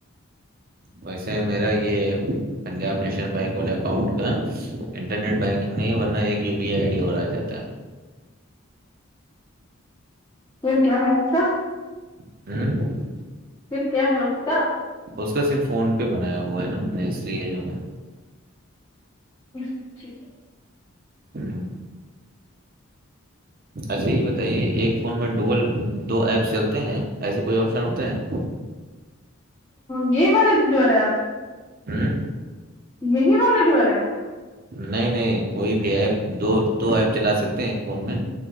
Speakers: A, on the right (about 40°); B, on the left (about 15°).
A: ویسے میرا یہ پنجاب نیشنل بینک والے اکاؤنٹ کا انٹرنیٹ بینکنگ نہیں ورنہ ایک U P I I D اور آ جاتا ہے
B: پھر کیا ہے اس کا
A: ہوں
B: پھر کیا ہے اس کا
A: اس کا صرف فون پہ بنایا ہوا ہے نا میں نے اس لیے جو ہے
B: نچت
A: ہوں اچھا یہ بتائیے ایک فون میں ڈوگل دو ایپس چلتے ہیں ایسے کوئی آپشن ہوتا ہے
B: گی والولے والے آپ
A: ہوں
B: یہی مانیٹ والے آپ
A: نہیں نہیں کوئی بھی ایپ دو دو ایپ چلا سکتے ہیں فون میں